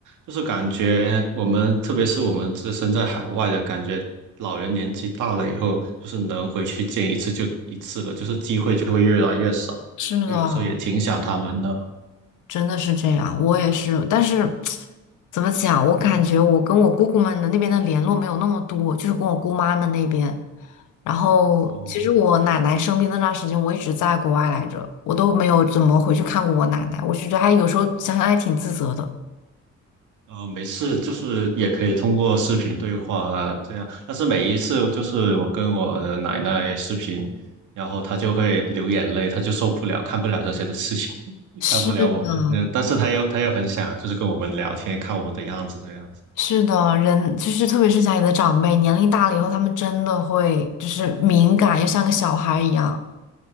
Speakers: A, on the right; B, on the left.
A: 就是感觉我们，特别是我们自身在海外的感觉，老人年纪大了以后，就是能回去见一次就一次了，就是机会就会越来越少，
B: 是的，
A: 就有时候也挺想他们的。
B: 真的是这样，我也是，但是怎么讲，我感觉我跟我姑姑们的那边的联络没有那么多，就是跟我姑妈们那边。然后，
A: 哦。
B: 其实我奶奶生病那段时间，我一直在国外来着，我都没有怎么回去看过我奶奶。我是觉得还有时候想想还挺自责的。
A: 呃，没事，就是也可以通过视频对话啊，这样。但是每一次就是我跟我的奶奶视频，然后她就会流眼泪，她就受不了，看不了这些的事情，<laughs>
B: 是的，
A: 看不了我们。但是她又她又很想就是跟我们聊天，看我们的样子这样子。
B: 是的，人就是特别是家里的长辈，年龄大了以后，他们真的会就是敏感，又像个小孩一样。